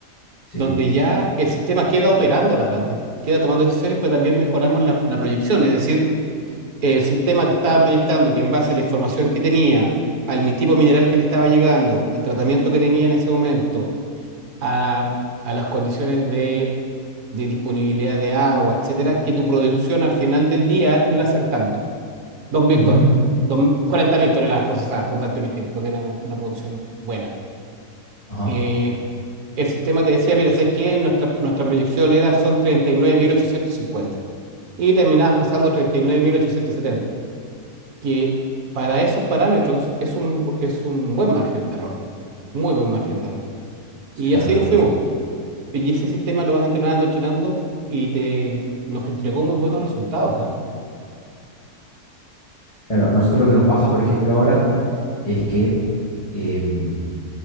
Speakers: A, on the left; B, on the right.
A: sí.
B: donde ya el sistema queda operando la planta, queda tomando decisiones, pero también mejoramos la, la proyección. Es decir, el sistema te estaba proyectando que en base a la información que tenía, al tipo mineral que le estaba llegando, al tratamiento que tenía en ese momento, a, a las condiciones de, de disponibilidad de agua, etcétera, que tu producción al final del día iba a ser tanto, dos mil
A: ujú,
B: ton, dos, cuarenta mil toneladas procesadas, por darte un ejemplo, que era una, una producción buena.
A: Ajá,
B: Eh, el sistema te decía, mira, ¿sabes qué? Nuestra, nuestra proyección era, son 39.850 y nueve mil ochocientos cincuenta y terminabas pasando 39.870, que para esos parámetros es un, es un buen margen de error, muy buen margen de error. Y
A: claro,
B: así nos fuimos. Y ese sistema lo vas entrenando, entrenando y te, nos entregó muy buenos resultados. ¿ah?
A: claro. A Nosotros lo que nos pasa, por ejemplo, ahora es que em,